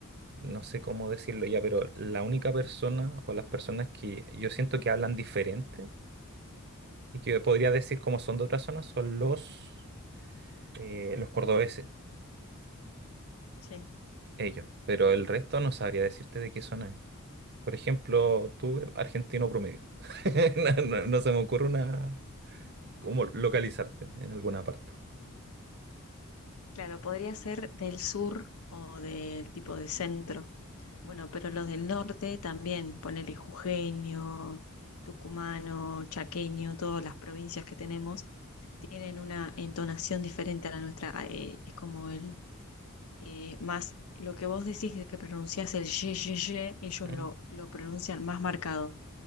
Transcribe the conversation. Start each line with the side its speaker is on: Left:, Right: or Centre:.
Right: no sé cómo decirlo ya, pero la única persona o las personas que yo siento que hablan diferente y que podría decir cómo son de otras zonas son los, eh, los cordobeses,
Left: sí.
Right: ellos, pero el resto no sabría decirte de qué zona es. Por ejemplo, tú, argentino promedio. <laughs> No, no- no se me ocurre una, cómo localizarte en alguna parte.
Left: Claro, podría ser del sur o del tipo de centro, Bueno, pero los del norte también, ponele jujeño, tucumano, chaqueño, todas las provincias que tenemos, tienen una entonación diferente a la nuestra. Ah, eh, es como el eh, más, lo que vos decís que pronunciás el ye, ye, ye, ellos
Right: Mm.
Left: lo, lo pronuncian más marcado.